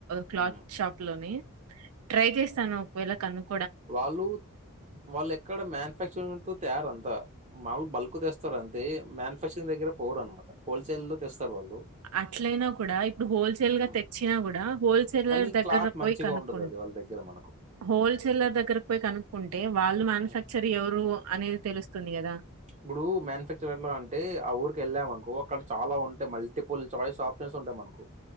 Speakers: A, on the right (about 80°); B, on the right (about 30°).
A: క్లాత్
B: హ్మ్.
A: షాప్ లోని ట్రై చేస్తాను ఒకవేళ కనుక్
B: వాళ్ళు వాళ్ళు ఎక్కడ మ్యానుఫ్యాక్చరింగ్ త తయారంతా మాముూలు బల్క్ తెస్తారు అంతే మ్యానుఫ్యాక్చరింగ్ దగ్గర పోరు అన్నామాట హోల్సేల్ లో తెస్తారు వాళ్ళు
A: అట్లైనా కూడా ఇప్పుడు హోల్సేల్
B: ఉమ్,
A: గా తెచ్చినా కూడా హోల్సేలర్
B: కానీ
A: దగ్గర
B: క్లాత్ మంచిగా
A: పోయి కనుక్కుం
B: ఉండదు అది వాళ్ళ దగ్గర మనకు
A: హోల్సేలర్ దగ్గరకి పోయి కనుక్కుంటే వాళ్ళు మ్యానుఫ్యాక్చర్
B: ఉమ్,
A: ఎవరు అనేది తెలుస్తుంది కదా
B: ఇప్పుడు మ్యానుఫ్యాక్చర్ ఎట్లా అంటే ఆ ఊరికి వెళ్ళాంనుకో అక్కడ చాలా ఉంటాయి మల్టిపుల్ చాయిస్ ఆప్షన్స్ ఉంటాయి మనకు